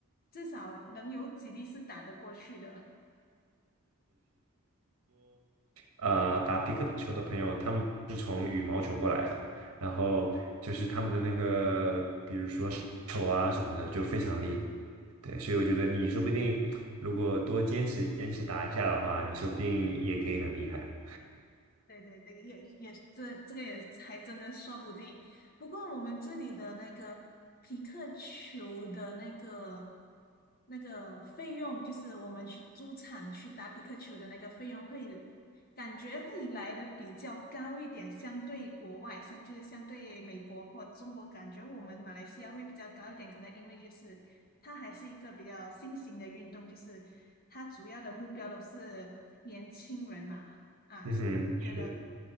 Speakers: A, on the left; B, on the right.
A: 至少能有几粒是打得过去的。
B: 呃打皮克球的朋友，他们是从羽毛球过来的，然后就是他们的那个，比如说手啊什么的，就非常厉害。对，所以我觉得你说不定如果多坚持坚持打一下的话，你说不定也可以很厉害。
A: 对对对，也也这这个也还真的说不定。不过我们这里的那个皮克球的那个那个费用，就是我们去租场去打皮克球的那个费用会，感觉会来的比较高一点，相对国外，像就是相对美国或中国，感觉我们马来西亚会比较高一点，可能因为就是它还是一个比较新型的运动，就是它主要的目标都是年轻人嘛。啊，
B: 嗯哼，
A: 所以我觉得
B: 是，